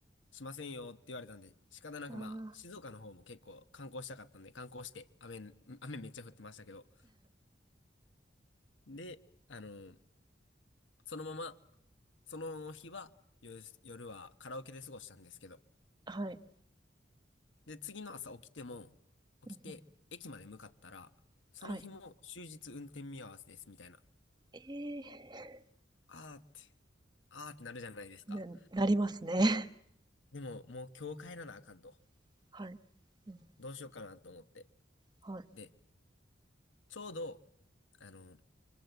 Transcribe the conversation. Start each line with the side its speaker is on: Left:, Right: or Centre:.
Left: しませんよって言われたんで、仕方なくまあ、
Right: あ
Left: 静岡の方も結構観光したかったんで、観光して、雨、雨めっちゃ降ってましたけど、で、あの、そのまま、その日は、夜、夜はカラオケで過ごしたんですけど。
Right: あ、はい。
Left: で、次の朝起きても、起きて、
Right: うんうん、
Left: 駅まで向かったら、その日も終日運転見合わせですみたいな。
Right: はい。ええ、
Left: あーって、あーってなるじゃないですか。
Right: ななりますね。
Left: でも、もう今日帰らなあかんと。
Right: <laughs> はい。うん、
Left: どうしようかなと思って。
Right: はい。
Left: で、ちょうど、あの、